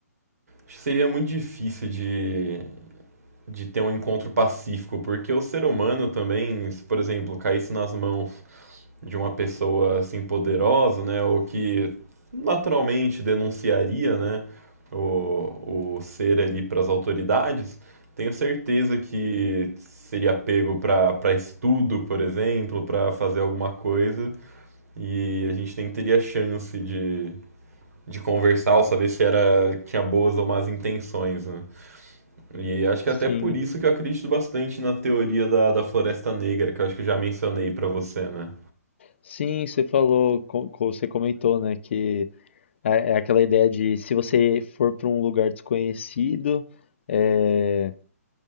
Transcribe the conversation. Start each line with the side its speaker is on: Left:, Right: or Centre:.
Right: que seria muito difícil de, de ter um encontro pacífico, porque o ser humano também, se, por exemplo, caísse nas mãos de uma pessoa assim poderosa, né, ou que naturalmente denunciaria, né, o, o ser ali para as autoridades, tenho certeza que seria pego para para estudo, por exemplo, para fazer alguma coisa, e a gente nem teria chance de, de conversar ou saber se era tinha boas ou más intenções, né? E acho que
Left: Sim,
Right: até por isso que eu acredito bastante na teoria da, da Floresta Negra, que eu acho que eu já mencionei para você, né?
Left: sim, você falou, co- co- você comentou, né, que é é aquela ideia de se você for para um lugar desconhecido, é,